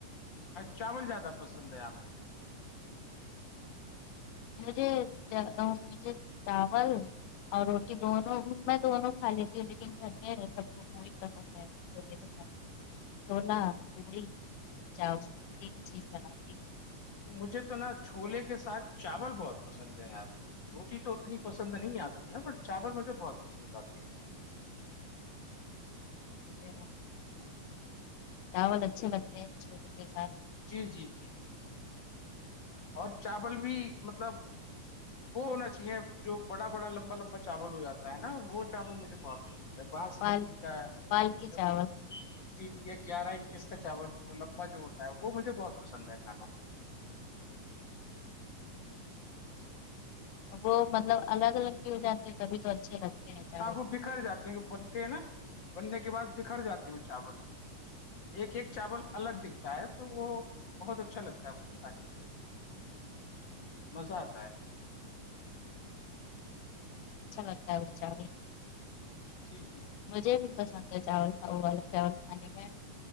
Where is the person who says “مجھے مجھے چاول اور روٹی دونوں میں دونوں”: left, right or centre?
Left